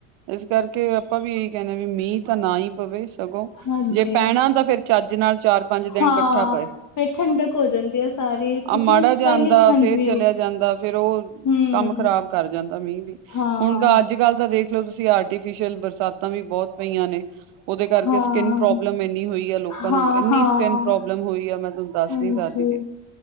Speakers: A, on the right; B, on the left.
A: ਇਸ ਕਰਕੇ ਆਪਾਂ ਵੀ ਇਹੀ ਕਹਿਣਾ ਵੀ ਮੀਂਹ ਤਾਂ ਨਾ ਹੀ ਪਵੇ। ਸਗੋਂ
B: ਹਾਂਜੀ
A: ਜੇ ਪੈਣਾ ਤਾਂ ਫੇਰ ਚੱਜ ਨਾਲ ਚਾਰ ਪੰਜ ਦਿਨ
B: ਹਾਂ
A: ਇਕੱਠਾ ਪਏ।
B: ਫਿਰ ਠੰਡਕ ਹੋ ਜਾਂਦੀ ਹੈ ਸਾਰੀ ਕਿਉਂਕਿ
A: ਆ ਮਾੜਾ
B: ਉੱਪਰਲੀ
A: ਜਿਆ ਆਦਾਂ
B: ਹਾਂਜੀ
A: ਫੇਰ ਚਲਿਆ ਜਾਂਦਾ। ਫੇਰ ਉਹ
B: ਹਮ
A: ਕੰਮ ਖ਼ਰਾਬ ਕਰ ਜਾਂਦਾ ਮੀਂਹ ਵੀ।
B: ਹਾਂ
A: ਹੁਣ ਤਾਂ ਅੱਜ ਕੱਲ ਤਾਂ ਦੇਖ ਦੇਖਲ ਤੁਸੀਂ ਆਰਟੀਫਿਸ਼ਲ ਬਰਸਾਤਾਂ ਵੀ ਬਹੁਤ ਪਈਆਂ ਨੇ। ਉਹਦੇ ਕਰਕੇ
B: ਹਾਂ
A: ਸਕਿੰਨ ਪ੍ਰੋਬਲਮ ਇੰਨੀ ਹੋਈ ਆ ਲੋਕਾਂ
B: ਹਾਂ
A: ਨੂੰ ਇੰਨੀ
B: ਹਾਂ
A: ਸਕਿੰਨ ਪ੍ਰੋਬਲਮ ਹੋਈ ਆ। ਮੈਂ ਤੁਹਾਨੂੰ ਦੱਸ
B: ਹਾਂਜੀ
A: ਨੀ ਸਕਦੀ ਜੀ।